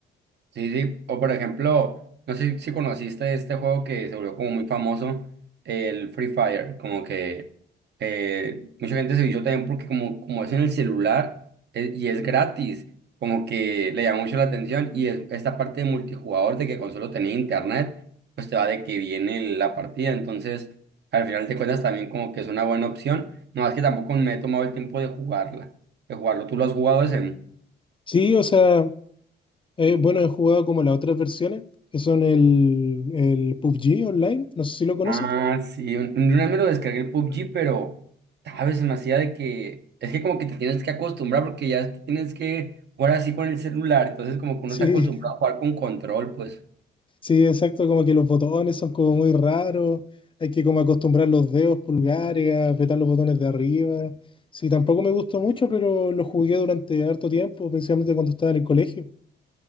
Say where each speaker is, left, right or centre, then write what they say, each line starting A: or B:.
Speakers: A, on the right (about 60°); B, on the left (about 25°).
A: Sí, sí, o por ejemplo, no sé si conociste este juego que se volvió como muy famoso, el Free Fire, como que eh, mucha gente se vio también porque como, como es en el celular eh, y es gratis, como que le llama mucho la atención y es, esta parte de multijugador de que con solo tener internet, pues te va de que viene la partida, entonces al final te cuentas también como que es una buena opción, no más que tampoco me he tomado el tiempo de jugarla, de jugarlo, ¿tú lo has jugado ese?
B: Sí, o sea, Eh, bueno, he jugado como las otras versiones, que son el, el PUBG Online, no sé si lo conoces.
A: Ah, sí, un- un- una vez me lo descargué el PUBG, pero, ¿sabes? Se me hacía de que, es que como que te tienes que acostumbrar porque ya es que tienes que jugar así con el celular, entonces como que
B: Sí,
A: uno está acostumbrado a jugar con control, pues.
B: <laughs> sí, exacto, como que los botones son como muy raros, hay que como acostumbrar los dedos pulgares, a apretar los botones de arriba. Sí, tampoco me gustó mucho, pero lo jugué durante harto tiempo, principalmente cuando estaba en el colegio.